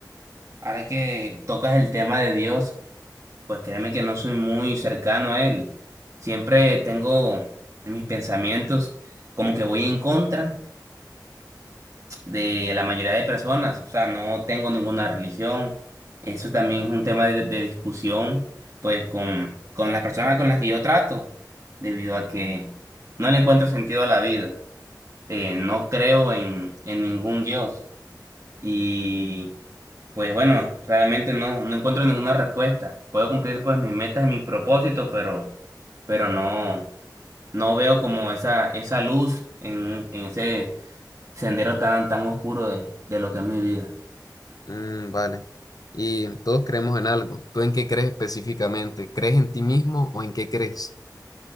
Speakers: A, on the right; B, on the left.
A: Ahora que tocas el tema de Dios, pues créeme que no soy muy cercano a Él. Siempre tengo en mis pensamientos como que voy en contra de la mayoría de personas, o sea, no tengo ninguna religión. Eso también es un tema de, de discusión, pues, con, con las personas con las que yo trato, debido a que no le encuentro sentido a la vida. Eh, no creo en, en ningún Dios. Y, pues, bueno, realmente no, no encuentro ninguna respuesta. Puedo cumplir, pues, mis metas y mis propósitos, pero, pero no, no veo como esa, esa luz en, en ese sendero tan, tan oscuro de, de lo que es mi vida.
B: Mm, vale. Y todos creemos en algo. ¿Tú en qué crees específicamente? ¿Crees en ti mismo o en qué crees?